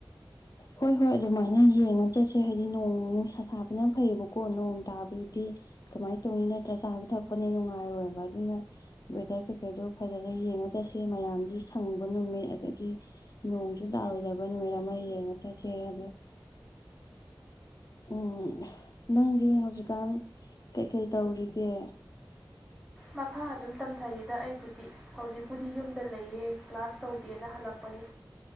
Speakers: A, on the left; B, in the centre.
A: ꯍꯣꯏ ꯍꯣꯏ ꯑꯗꯨꯃꯥꯏꯅ ꯌꯦꯡꯉ ꯆꯠꯁꯦ ꯍꯥꯏꯗꯤ ꯅꯣꯡ ꯅꯨꯡꯁꯥ ꯁꯥꯕꯅ ꯐꯩꯌꯦꯕꯀꯣ ꯅꯣꯡ ꯇꯥꯕꯗꯨꯗꯤ ꯀꯃꯥꯏꯅ ꯇꯧꯅꯤ ꯅꯠꯇ꯭ꯔ ꯆꯥꯕ ꯊꯛꯄꯅꯦ ꯅꯨꯡꯉꯥꯏꯔꯣꯏꯕ ꯑꯗꯨꯅ ꯋꯦꯗꯔ ꯀꯩꯀꯩꯗꯣ ꯐꯖꯅ ꯌꯦꯡꯉ ꯆꯠꯁꯦ ꯃꯌꯥꯝꯁꯨ ꯁꯪꯕ ꯅꯨꯃꯤꯠ ꯑꯗꯒꯤ ꯅꯣꯡꯁꯨ ꯇꯥꯔꯣꯏꯗꯕ ꯅꯨꯃꯤꯠ ꯑꯃ ꯌꯦꯡꯉ ꯆꯠ ꯆꯁꯦ ꯑꯗꯣ ꯎꯝ ꯅꯪꯗꯤ ꯍꯧꯖꯤꯛꯀꯥꯟ ꯀꯩꯀꯩ ꯇꯧꯔꯤꯒꯦ
B: ꯃꯈꯥ ꯑꯗꯨꯝ ꯇꯝꯊꯔꯤꯗ ꯑꯩꯕꯨꯗꯤ ꯍꯧꯖꯤꯛꯄꯨꯗꯤ ꯌꯨꯝꯗ ꯂꯩꯌꯦ ꯀ꯭ꯂꯥꯁ ꯇꯧꯗꯦꯅ ꯍꯜꯂꯛꯄꯅꯤ